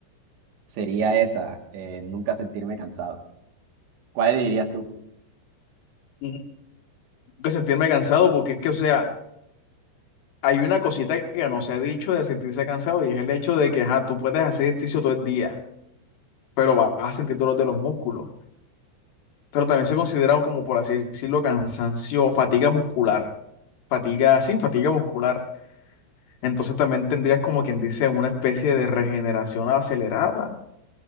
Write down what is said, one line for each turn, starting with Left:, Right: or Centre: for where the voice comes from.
Right: sería esa, eh, nunca sentirme cansado. ¿Cuál elegirías tú?
Left: Mm, Nunca sentirme cansado porque es que, o sea, hay una cosita que no se ha dicho de sentirse cansado y es el hecho de que, ajá, tú puedes hacer ejercicio todo el día, pero vas a sentir dolor de los músculos. pero también se considera como, por así decirlo, cansancio, o fatiga muscular. Fatiga, sí, fatiga muscular. Entonces también tendrías como quien dice una especie de regeneración acelerada,